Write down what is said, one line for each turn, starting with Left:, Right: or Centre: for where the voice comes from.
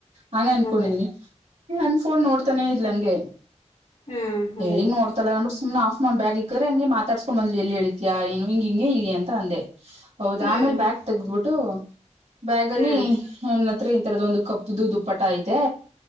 Right: ಹಂಗ ಅನ್ಕೊಂಡಿದನಿ
Left: ಅದೇ
Right: ನನ್ ಫೋನ್ ನೋಡ್ ತಾನೇ ಇದ್ಹಳಂಗೆ
Left: ಹ್ಮ್ ಅದೇ
Right: ಏನ್
Left: ಅದೇ
Right: ನೋಡ್ತಲ್ಲಾ ಅಂದಬಿಟ್ಟು ಸುಮನೆ ಆಫ್ ಮಾಡ್ ಬ್ಯಾಗ್ ಇಕ್ಕರೆ ಹಂಗೆ ಮಾತಾಡ್ಸ್ಕೊಂಡ್ ಬಂದ್ಲು ಎಲ್ಲಿ ಇಳಿ ತ್ಯಾ ಏನು ಹಿಂಗ ಹಿಂಗೆ ಇಲ್ಲಿಲಿ ಅಂತ ಅಂದೆ ಹೌದ
Left: ಹ್ಮ್
Right: ಆಮೇಲೆ ಬ್ಯಾಗ್ ತೆಗದ್ಬಿಟ್ಟು ಬ್ಯಾಗ್ ಅಲ್ಲಿ
Left: ಹ್ಮ್
Right: ಒಂದ ಹತ್ರ ತರದ ಒಂದು ಕಪ್ಪುದು ದುಪ್ಪಟ ಐತೇ